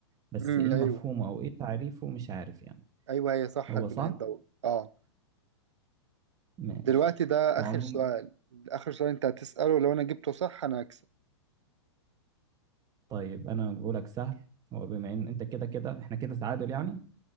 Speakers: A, on the right (about 25°); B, on the right (about 80°).
A: بس
B: امم
A: ايه مفهومه
B: ايوه
A: او ايه تعريفه مش عارف يعني
B: ايوه هي صح
A: هو
B: البناء
A: صح
B: الضوئي اه
A: ماشي
B: دلوقتي ده
A: هو
B: اخر
A: عموما
B: سؤال اخر سؤال انت هتسأله لو انا جبته صح انا هكسب
A: طيب انا بقولك سهل هو بما ان انت كده كده احنا كده تعادل يعني